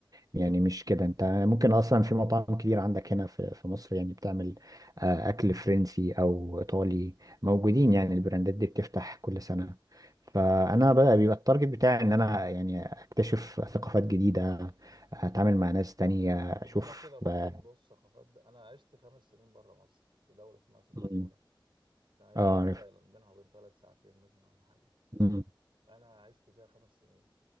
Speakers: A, on the right; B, on the right.
A: يعني مش كده انت ممكن اصلا في مطاعم كتير عندك هنا في في مصر يعني بتعمل آه، اكل فرنسي او ايطالي موجودين يعني البراندات دي بتفتح كل سنة فانا بقى بيبقى التارجت بتاعي ان انا يعني اكتشف ثقافات جديدة اتعامل مع ناس تانية اشوف
B: انا كده برضو
A: اه
B: موضوع الثقافات ده انا عشت خمس سنين بره مصر في دوله اسمها سنغافوره
A: مم.
B: ده هي
A: آه،
B: جنب
A: عارف
B: تايلاند بينها وبين تايلاند ساعتين مثلا ولا حاجه
A: مم.
B: فانا عشت فيها خمس سنين